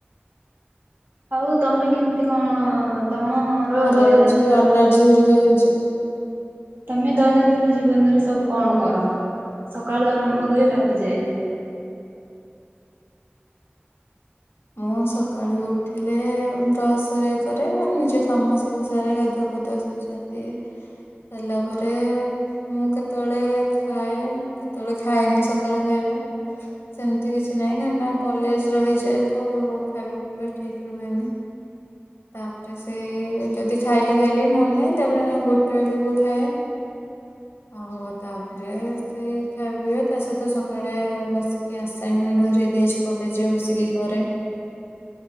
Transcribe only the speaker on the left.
ମୋର
ଅଛି ଆଲାର୍ଜି ହରିକା ହେଇ ଯିବ?
ମୁଁ ସକାଳୁ ଉଠିଲେ ବ୍ରସ ହରିଆ କରେ ମାନେ ନିଜ କାମ ସବୁ ସାରେ ଗାଧୁଆ ପାଧୁଆ ସବୁ ସାରିଦିଏ। ସାରଲା ପରେ ମୁଁ କେତବେଳେ ଖାଏ କେତବେଳେ ଖାଏନି ସକାଳ ଖାଇବା। ସେମତି କିଛି ନାଇଁ କାଇଁନା କଲେଜ ରହିଯାଏ। ତୋ ଖାଇବା ପିଇବା ଠିକ ରୁହେନି। ତାପରେ ସେ ଯଦି ଖାଇଲି ଖାଇଲି ନହେଲେ ନାହିଁ। ତାପରେ ଗୋଟେ ବେଳେକୁ ଖାଏ। ଆଉ ତାପରେ ସେ ଖାଇବା ପିଇବା ତା ସହିତ ସକାଳେ ବସିକି ଆସାଇନମେଣ୍ଟ ହରିକା ଦିଆ ହେଇଛି କଲେଜରେ ବସିକି କରେ।